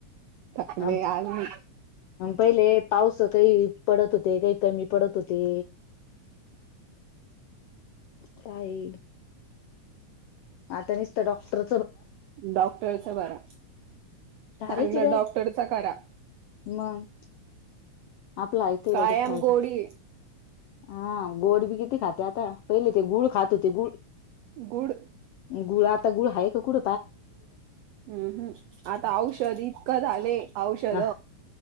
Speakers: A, on the right; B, on the left.
A: थकले
B: आम
A: आज मी
B: पहिले पाऊस काही पडत होते काही कमी पडत होते ताई आता निसत डॉक्टर
A: डॉक्टरच बरा
B: सारायची
A: चांगलं
B: बॅत
A: डॉक्टरच करा.
B: मग. आपला ऐकय
A: कायम
B: त्याच्यात फायदा
A: गोडी.
B: हा गोड बी किती खाते आता पहिले ते गुळ खात होते गुळ
A: गुड
B: गुळ आता गुळ आहे का कुठ?
A: हम्म हम्म आता औषध इतकं झालं औषध‌.
B: ह